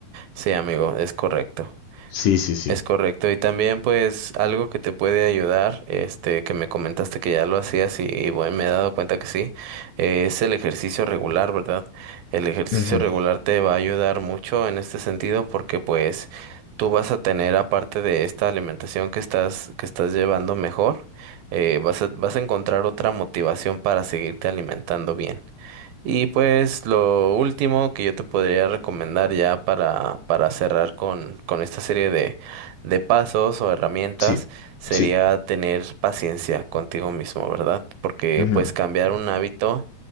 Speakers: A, on the right (about 80°); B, on the left (about 75°).
A: sí, amigo, es correcto.
B: Sí, sí, sí.
A: Es correcto. Y también pues algo que te puede ayudar, este, que me comentaste que ya lo hacías y, y bueno, me he dado cuenta que sí, eh, es el ejercicio regular, ¿verdad? El ejercicio
B: Ujú,
A: regular te va a ayudar mucho en este sentido porque pues tú vas a tener aparte de esta alimentación que estás, que estás llevando mejor, eh, vas a, vas a encontrar otra motivación para seguirte alimentando bien. Y pues lo último que yo te podría recomendar ya para, para cerrar con, con esta serie de pasos o herramientas
B: Sí,
A: sería
B: sí,
A: tener paciencia contigo mismo, ¿verdad? Porque
B: ujú,
A: pues cambiar un hábito,